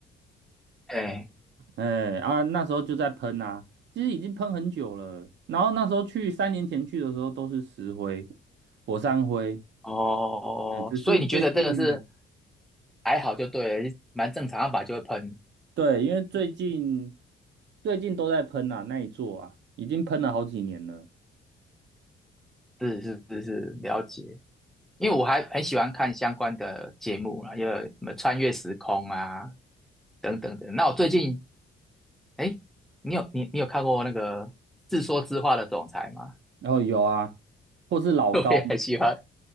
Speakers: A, in the centre; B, on the right.
A: 嘿，
B: 哎啊，那时候就在喷啊，其实已经喷很久了。然后那时候去，三年前去的时候都是石灰、火山灰，
A: 哦，哦所以你觉得这个是
B: 嗯，只是最近。
A: 还好就对了，蛮正常，要把就会喷，
B: 对，因为最近最近都在喷啊，那一座啊，已经喷了好几年了。
A: 是是是是，了解。因为我还很喜欢看相关的节目啊，因为什么穿越时空啊，等等等。那我最近，哎，你有你你有看过那个《自说自话的总裁》吗？
B: 然后有啊，或是老高。
A: <laughs> 我也很喜欢，